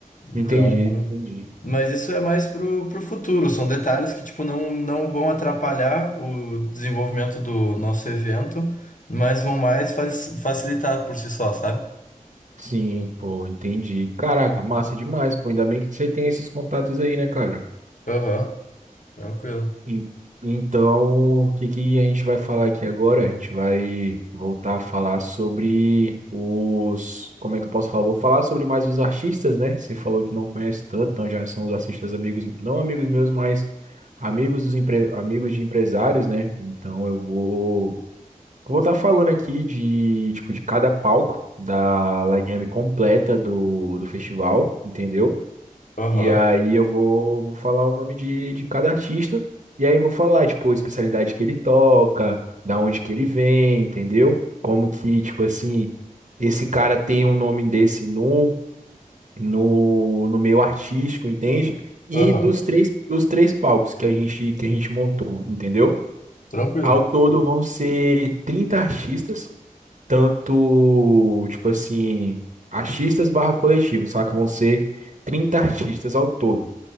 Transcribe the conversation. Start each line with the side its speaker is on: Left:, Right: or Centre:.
Left: Então,
Right: entendi, entendi.
Left: mas isso é mais pro, pro futuro, são detalhes que, tipo, não, não vão atrapalhar o desenvolvimento do nosso evento, mas vão mais fa- facilitar por si só, sabe?
Right: Sim, pô, entendi. Caraca, massa demais, pô. Ainda bem que você tem esses contatos aí, né, cara?
Left: Aham. Tranquilo.
Right: En- Então, o que que a gente vai falar aqui agora? A gente vai voltar a falar sobre os. Como é que eu posso falar? Vou falar sobre mais os artistas, né? Você falou que não conhece tanto, então já são os artistas amigos, não amigos meus, mas amigos dos empre... amigos de empresários, né? Então eu vou vou estar falando aqui de tipo de cada palco da line completa do, do festival, entendeu?
Left: Aham.
Right: E aí eu vou, vou falar o nome de, de cada artista. E aí vou falar, tipo, a especialidade que ele toca, da onde que ele vem, entendeu? Como que, tipo assim, esse cara tem um nome desse no, no, no meio artístico, entende? E
Left: Aham.
Right: dos três, dos três palcos que a gente, que a gente montou, entendeu?
Left: Tranquilo,
Right: Ao
Left: tranquilo.
Right: todo vão ser 30 artistas, tanto, tipo assim, artistas barra coletivo, saca? Vão ser 30 artistas ao todo